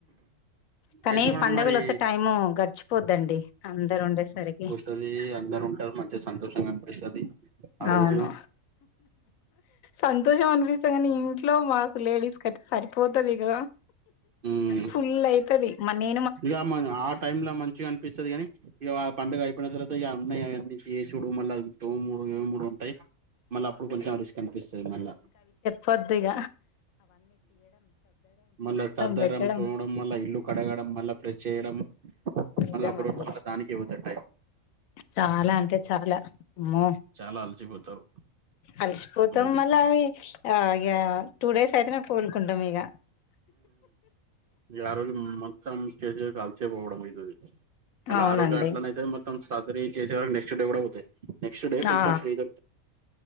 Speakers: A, on the left; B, on the right.
A: కానీ
B: అయితే మేడం
A: పండగలు
B: మరి
A: వస్తే టైము గడిచిపోద్దండి అందరు ఉండేసరికి
B: వస్తుది అందరు ఉంటారు మంచిగా సంతోషంగా అనిపిస్తది ఆ రోజు
A: అవును సంతోషం అనిపిస్త కాని ఇంట్లో మా లేడస్యితే సరిపోతది ఇగ
B: ఉమ్.
A: ఫుల్ అయితుంది నే
B: ఇక మ ఆ టైమ్ లో మంచిగా అనిపిస్తుది కాని ఇక పండగ అయిపోయిన తర అన్నయయిడి నుంచి ఏ చూడు మళ్ళీ అది తో మూడు ఏ మూడు ఉంటాయ్ మళ్ళీ అప్పుడు కొెంచం రిస్కే అనిపిస్తది మళ్ళీ
A: కొద్దిగ
B: మళ్ళా <unintelligible>
A: పెట్టడం
B: మళ్ళ ఇల్లు కడగడం మళ్ళా ఫ్రెష్ చేయడం
A: నిజమండి
B: మళ్ళీ ఒక రోజు <unintelligible> దానికి <unintelligible> టైం
A: చాలా అంటే చాల అమ్మో
B: చాలా అలసిపోతారు
A: అలిసిపోతాం
B: మేబీ
A: మల్ల <unintelligible> ఆ ఇగ టూ డేస్ అయితేనే కోలుకుంటాం ఇక
B: ఆ రోజు మొత్తం స్టేజ్ కలిసే పోవడం <unintelligible> మళ్ళ
A: అవునండి
B: ఆ రోజు అట్లనైతే మొత్తం సాజరీ చేసే వరకు నెక్స్ట్ డే కూడా పోతాయి నెక్స్ట్ డే కొంచెం
A: ఆ
B: ఫ్రీగ